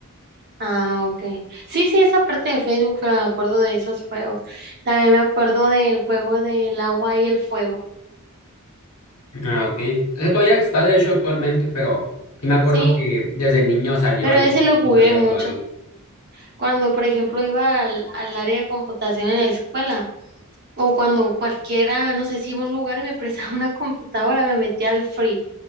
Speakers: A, on the right; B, on the left.
A: Ah, ok. Sí, sí, esa parte de Facebook, pero me acuerdo de esos juegos. También me acuerdo del juego del agua y el fuego.
B: Ah, ok. Ese todavía está, de hecho, actualmente, pero sí me acuerdo
A: Sí,
B: que desde niño salió
A: Pero
B: y
A: ese
B: no
A: lo jugué
B: no solía
A: mucho.
B: jugarlo.
A: Cuando, por ejemplo, iba al, al área de computación en la escuela, o cuando cualquiera, no sé si iba a un lugar y me <laughs> prestaba una computadora, me metía al Free.